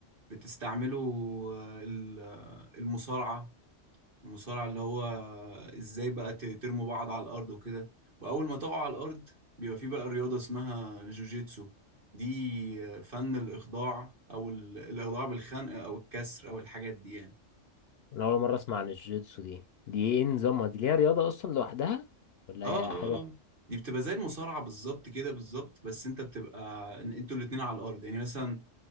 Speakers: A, on the right; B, on the left.
A: بتستعمله آه، ال- آه، المصارعة المصارعة اللي هو ازاي بقى ت- ترموا بعض على الأرض وكده وأول ما تقعوا على الأرض بيبقى في بقى رياضة اسمها جوجيتسو دي آه، فن الإخضاع أو ال- الإخضاع بالخنق أو الكسر أو الحاجات دي يعني
B: انا اول مرة اسمع عن الجيتسو دي دي ايه نظامها دي ليها رياضة اصلا لوحدها ولا
A: اه
B: هي
A: اه
B: حاجة
A: اه دي بتبقى زي المصارعة بالظبط كده بالظبط بس انت بتبقى إن- انتوا الاتنين على الأرض يعني مثلا